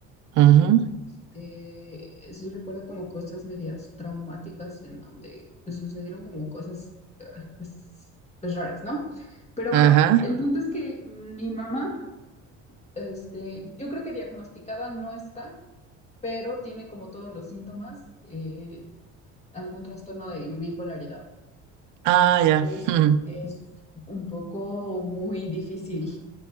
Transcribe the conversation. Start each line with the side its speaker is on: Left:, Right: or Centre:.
Right: Ujú,
Left: Este, sí recuerdo como cosas medias traumáticas en donde pues, sucedieron como cosas ay, pues, pues raras, ¿no? Pero bueno,
Right: Ajá.
Left: el punto es que mi mamá, este, yo creo que diagnosticada no está, pero tiene como todos los síntomas, eh, algún trastorno de bipolaridad.
Right: Ah,
Left: Entonces,
Right: ya. Ujú.
Left: es un poco muy difícil